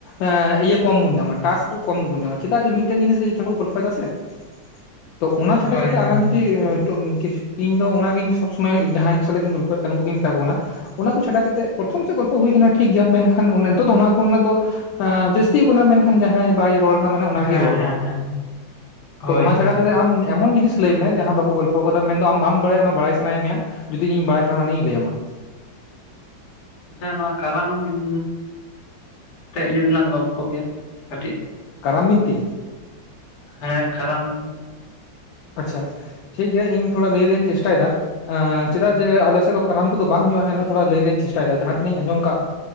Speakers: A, on the left (about 80°); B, on the left (about 60°).
A: ᱮᱸ ᱤᱭᱟᱹ ᱠᱚᱢ ᱵᱚᱱ ᱧᱟᱢᱟ ᱾ ᱴᱟᱥ ᱠᱚ ᱠᱚᱢ ᱜᱮᱵᱚᱱ ᱧᱟᱢᱟ ᱾ᱪᱮᱫᱟᱜ ᱡᱮ ᱢᱤᱫᱴᱮᱱ ᱡᱤᱱᱤᱥ ᱜᱮ ᱡᱚᱛᱚ ᱦᱚᱲ ᱠᱚ ᱜᱚᱞᱯᱷᱚᱭᱮᱫᱟ ᱥᱮ ᱾
B: <inaudible>
A: ᱛᱚ ᱚᱱᱟ ᱪᱷᱟᱰᱟ
B: ᱦᱳᱭ
A: ᱠᱟᱛᱮ
B: ᱦᱳᱭ
A: ᱟᱞᱟᱝ ᱡᱩᱫᱤ ᱛᱩᱱᱠᱷᱤᱪ ᱤᱧᱫᱚ ᱚᱱᱟᱜᱤᱧ ᱥᱚᱵᱽ ᱥᱚᱢᱚᱭ ᱡᱟᱦᱟᱸᱭ ᱥᱟᱞᱟᱜ ᱜᱤᱧ ᱜᱚᱞᱯᱚᱭᱮᱫ ᱠᱟᱱ ᱩᱱᱠᱩᱜᱤᱧ ᱢᱮᱛᱟ ᱠᱚ ᱠᱟᱱᱟ᱾ ᱚᱱᱟ ᱠᱚ ᱪᱷᱟᱰᱟ ᱠᱟᱛᱮᱫ ᱯᱨᱚᱛᱷᱚᱢ ᱥᱮᱫ ᱜᱚᱞᱯᱷᱚ ᱦᱩᱭ ᱠᱟᱱᱟ ᱴᱷᱤᱠ ᱜᱮᱭᱟ ᱢᱮᱱᱠᱷᱟᱱ ᱱᱤᱛᱚᱜ ᱫᱚ ᱚᱱᱟ ᱠᱚᱨᱮᱱᱟᱜ ᱫᱚ ᱮᱸ ᱡᱟᱹᱥᱛᱤᱭ ᱠᱟᱱᱟᱭ ᱢᱮᱱᱠᱷᱟᱱ ᱡᱟᱦᱟᱸᱭ ᱵᱟᱭ ᱨᱚᱲ ᱢᱟᱱᱮ ᱚᱱᱟᱜᱮ
B: ᱦᱮᱸ
A: ᱨᱚᱲ
B: ᱦᱮᱸ
A: ᱫᱟ
B: ᱦᱮᱸ
A: ᱾
B: ᱦᱳᱭ
A: ᱛᱚ ᱚᱱᱟ
B: ᱦᱳᱭ
A: ᱪᱷᱟᱰᱟ ᱠᱟᱛᱮ ᱟᱢ ᱮᱢᱚᱱ ᱡᱤᱱᱤᱥ ᱞᱟᱹᱭᱢᱮ ᱡᱟᱦᱟᱸ ᱵᱟᱠᱚ ᱜᱚᱞᱯᱷᱚ ᱠᱟᱫᱟ ᱢᱮᱱᱫᱚ ᱟᱢ ᱵᱟᱢ ᱵᱟᱲᱟᱭᱟ ᱚᱱᱟ ᱵᱟᱲᱟᱭ ᱥᱟᱱᱟᱭᱮᱫ ᱢᱮᱭᱟ, ᱡᱩᱫᱤ ᱤᱧ ᱵᱟᱲᱟᱭ ᱠᱷᱟᱱᱤᱧ ᱞᱟᱹᱭᱟᱢᱟ ᱾
B: ᱟᱪᱪᱷᱟ ᱱᱚᱣᱟ ᱠᱟᱨᱟᱢ ᱵᱤᱱ ᱛᱮᱜ ᱡᱩᱫᱤ ᱞᱟᱝ ᱜᱚᱞᱯᱷᱚ ᱠᱮᱭᱟ ᱠᱟᱹᱴᱤᱡ
A: ᱠᱟᱨᱟᱢ ᱵᱤᱱᱛᱤ?
B: ᱦᱮᱸ ᱠᱟᱨᱟᱢ᱾
A: ᱟᱪᱪᱷᱟ ᱴᱷᱤᱠᱜᱮᱭᱟ ᱤᱧ ᱛᱷᱚᱲᱟ ᱞᱟᱹᱭ ᱨᱮᱭᱟᱜ ᱤᱧ ᱪᱮᱥᱴᱟᱭᱮᱫᱟ, ᱮᱸ ᱪᱮᱫᱟᱜ ᱡᱮ ᱟᱞᱮ ᱥᱮᱫ ᱫᱚ ᱠᱟᱨᱟᱢ ᱠᱚᱫᱚ ᱵᱟᱝ ᱦᱩᱭᱩᱜᱼᱟ ᱾ ᱮᱱᱨᱮᱦᱚᱸ ᱛᱷᱚᱲᱟ ᱞᱟᱹᱭ ᱨᱮᱱᱟᱜ ᱤᱧ ᱪᱮᱥ ᱴᱟᱭᱫᱟ ᱡᱟᱸᱦᱟᱸ ᱛᱤᱱᱟᱹᱜ ᱤᱧ ᱟᱸᱡᱚᱢ ᱠᱟᱜ